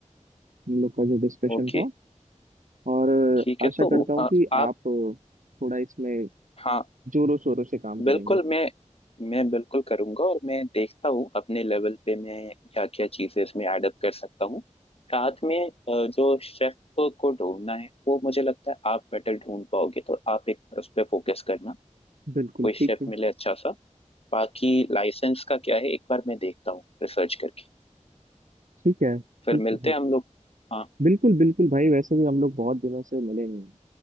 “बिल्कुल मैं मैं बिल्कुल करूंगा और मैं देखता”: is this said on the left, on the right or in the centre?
Left